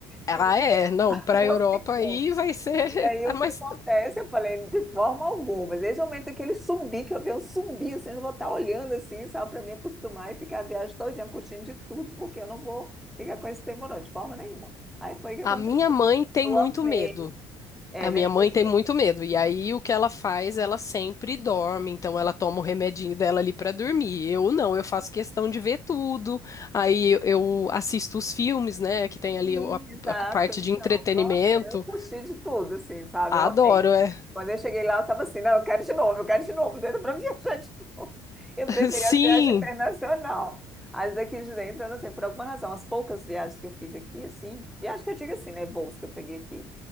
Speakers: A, on the left; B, in the centre.
A: Ah,
B: E
A: é. Não, para a
B: não
A: Europa
B: tem
A: aí
B: como.
A: vai ser.
B: E
A: <laughs>
B: aí
A: Ah,
B: o
A: Mas
B: que acontece? Eu falei, de forma alguma. Desde o momento que ele subir, que eu vi eu subir, assim, eu vou estar olhando assim, só para me acostumar e ficar a viagem todinha, curtindo de tudo, porque eu não vou ficar com esse tempo, não, de forma nenhuma. Aí foi o que aconteceu.
A: a minha mãe tem
B: Eu
A: muito
B: amei.
A: medo.
B: É,
A: A minha
B: né?
A: mãe
B: Pois
A: tem
B: é.
A: muito medo. E aí o que ela faz? Ela sempre dorme. Então ela toma o remedinho dela ali para dormir. Eu não, eu faço questão de ver tudo. Aí eu eu assisto os filmes, né? Que tem ali
B: Sim,
A: a,
B: exato.
A: a parte
B: Então,
A: de entretenimento.
B: nossa, eu curti de tudo, assim, sabe?
A: Adoro,
B: Eu amei. eu amei.
A: é.
B: Quando eu cheguei lá, eu tava assim, não, eu quero de novo, eu quero de novo, dentro para <laughs> viajar de novo. Eu
A: <laughs>
B: preferia
A: Sim.
B: a viagem internacional. As daqui de dentro, eu não sei, por alguma razão, as poucas viagens que eu fiz aqui, assim, viagem que eu digo assim, né, voos que eu peguei aqui,